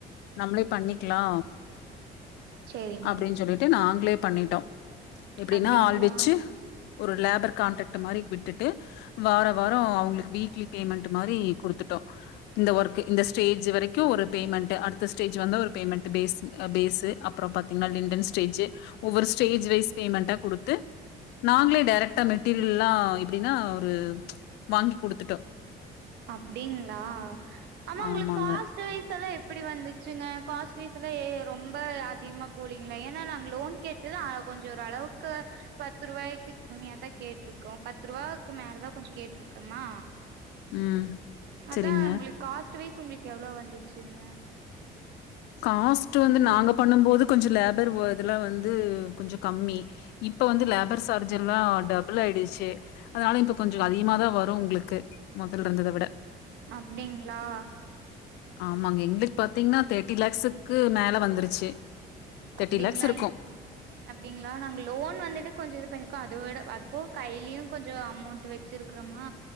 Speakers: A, on the left; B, on the right.
A: நம்மளே பண்ணிக்கலா
B: சேரிங்க
A: அப்டின்னு சொல்லிட்டு நாங்களோ பண்ணிட்டோ எப்டினா
B: அப்டிங்ளா
A: ஆள் வெச்சி ஒரு லேபர் கான்ட்ராக்ட் மாரி விட்டுட்டு வாரோ வாரோ அவுங்களுக்கு வீக்லி பேமெண்ட் மாரி குடுத்துட்டோ இந்த ஒர்க் இந்த ஸ்டேஜ் வரைக்கு ஒரு பேமெண்ட் அடுத்த ஸ்டேஜ் வந்து ஒரு பேமெண்ட் பே பேஸு அப்புரோ பாத்தீங்கன்னா லிண்டன் ஸ்டேஜு ஒவ்வொரு ஸ்டேஜ் வைஸ் பேமெண்ட்டா கொடுத்து நாங்களே டைரெக்ட்டா மெட்டீரியல்ல்லா எப்டின்னா ஒரு வாங்கி கொடுத்துட்டோ
B: அப்டிங்களா ஆனா உங்களுக்கு
A: ஆமாங்க
B: காஸ்ட் வைசலா எப்டி அப்டி வந்துச்சிங்க காஸ்ட் பீஸ் எல்லா ரொம்ப அதிகமா போலீங்களா ஏன்னா நாங்க லோன் கேட்டுத கொஞ்சம் ஒரு அளவுக்கு பத்து ரூபாய்க்கு கம்மியாதா கேட்டிருக்கோ பத்து ரூவாக்கு மேலதா கொஞ்சே கேட்டுனருக்கோமா
A: ம்
B: அதா
A: செரிங்க
B: உங்களுக்கு காஸ்ட்ஸ் எட்டு வயசு உங்களுக்கு எவ்ளோ வந்துச்சுங்க
A: காஸ்ட் வந்து நாங்க பண்ணும் போது கொஞ்சம் லேப <unintelligible> இதெல்லா வந்து கொஞ்சம் கம்மி இப்ப வந்து
B: அப்
A: லேபர் சார்ஜ் எல்லா டபுள் ஆயிடுச்சுசி அதனால இப்ப கொஞ்சோ அதிக தான் வரு உங்களுக்கு முதல் இருந்த விட
B: அப்டிங்ளா
A: ஆமாங்க இங்கிலீஷ் பாத்தீங்கன்னா தேர்ட்டி ளெக்ஸுக்கு மேலே வந்துருச்சு தேர்ட்டி
B: அப்டிங்களா
A: லேக்ஸ் இருக்கு
B: அப்டிங்களா நாங்க லோன் வந்துட்டு கொஞ் இது பண்ணி அத விட அதுப்போ கையிலயும் கொஞ்சம் அமௌண்ட் வச்சிருக்கிறோமா